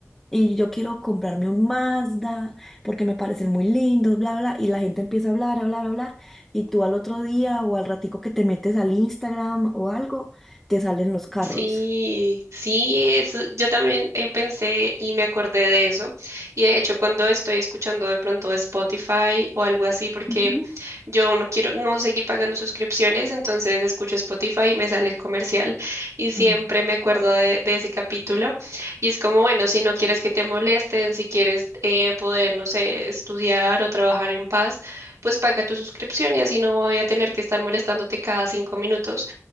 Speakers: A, in the centre; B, on the right (about 80°).
A: Y yo quiero comprarme un Mazda porque me parecen muy lindos, bla, bla, bla, y la gente empieza a hablar, a hablar, a hablar, y tú al otro día o al ratico que te metes al Instagram o algo, te salen los carros.
B: Sí, sí, es, yo también eh, pensé y me acordé de eso. Y de hecho, cuando estoy escuchando de pronto Spotify o algo así, porque
A: Ujú.
B: yo no quiero, no seguí pagando suscripciones, entonces escucho Spotify y me sale el comercial. Y siempre
A: Ajá.
B: me acuerdo de, de ese capítulo. Y es como, bueno, si no quieres que te molesten, si quieres eh, poder, no sé, estudiar o trabajar en paz, pues paga tu suscripción y así no voy a tener que estar molestándote cada cinco minutos.